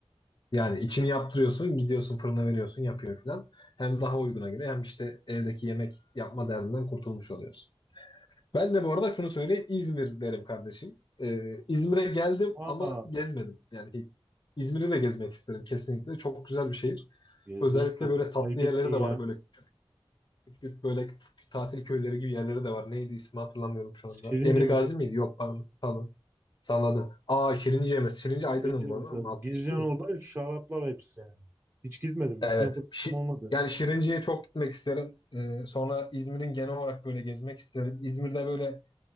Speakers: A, on the left; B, on the right.
A: yani içini yaptırıyorsun, gidiyorsun fırına veriyorsun, yapıyor falan. Hem daha uyguna göre hem işte evdeki yemek yapma derdinden kurtulmuş oluyorsun. Ben de bu arada şunu söyleyeyim. İzmir derim kardeşim. Ee, İzmir'e geldim
B: Aa,
A: ama gezmedim. Yani hiç. İzmir'i de gezmek isterim kesinlikle. Çok güzel bir şehir.
B: gezdiririz
A: Özellikle
B: kardeşim.
A: böyle tatlı
B: Ayıp
A: yerleri
B: ettin
A: de
B: ya.
A: var böyle Küçük böyle tatil köyleri gibi yerleri de var. Neydi ismi hatırlamıyorum şu
B: Şirince
A: anda. Emir
B: mi?
A: Gazi miydi? Yok pardon. Pardon. Salladım. Aa Şirince mi? Şirince
B: Şeyince
A: Aydın'ın
B: mesela
A: mı? Ama altmış
B: gireceğin
A: değil
B: orada
A: mi?
B: şaraplar hepsi yani. Hiç gitmedim. Gitme
A: Evet.
B: fırsatım
A: Şi-
B: olmadı.
A: yani Şirince'ye çok gitmek isterim. Ee, sonra İzmir'in genel olarak böyle gezmek isterim. İzmir'de böyle